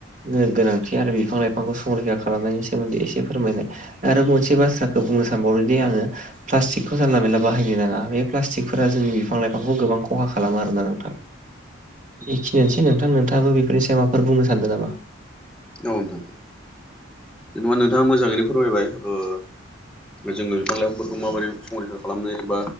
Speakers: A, on the right; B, in the centre.
A: गो गोनांथि आरो बिफां लाइफांखौ संरैखा खालामनायनि सोमोन्दै एसे फोरमायनाय आरो मोनसे बाथ्राखौ बुंनो सानबावोदि आङो प्लास्टिकखौ जानला मानला बाहायनो नाङा बे प्लास्टिकफोरा जोंनि बिफां लाइफांखौ गोबां खहा खालामो आरोना नोंथां
B: <unintelligible>
A: बेखिनियानोसै नोंथां नोंथाङाबो बेफोरनि सायाव माफोर बुंनो सानदों नामा
B: औ नोंथां जेनेबा नोंथाङा मोजाङैनो फोरमायबाय ओ जोङो बिफां लाइफांफोरखौ माबायदि संरैखा खालामनो एबा